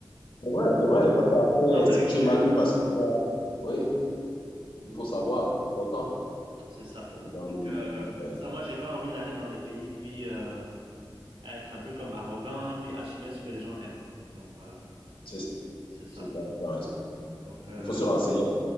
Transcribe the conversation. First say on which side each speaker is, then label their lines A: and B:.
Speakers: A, on the left (about 80°); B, on the right (about 90°).
A: C'est vrai, c'est vrai. Parce qu'après,
B: sans faire
A: si
B: exprès.
A: tu es mal vu parce que... Oui, il faut savoir, c'est important.
B: C'est ça.
A: Dans
B: Donc,
A: des-
B: euh,
A: ouais,
B: c'est ça. Moi, j'ai pas envie d'aller dans des pays puis euh, être un peu comme arrogant puis assumer ce que les gens aiment. Donc, voilà,
A: c'est ça,
B: c'est ça.
A: c'est ça, tu as raison.
B: Donc, euh,
A: Il faut se renseigner,